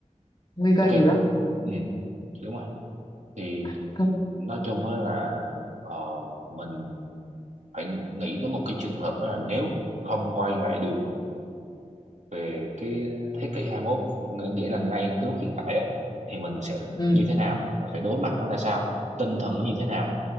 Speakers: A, on the left; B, on the right.
A: nguy
B: ok
A: cơ nhiều lắm
B: ừ đúng rồi thì
A: <laughs>
B: nói chung á là ờ, mình phải nghĩ tới một cái trường hợp đó là nếu không quay lại được về cái thế kỷ 21 ng- nghĩa là ngay cái lúc hiện tại á thì mình sẽ
A: ừ.
B: như thế nào mình phải đối mặt nó ra sao tinh thần nó như thế nào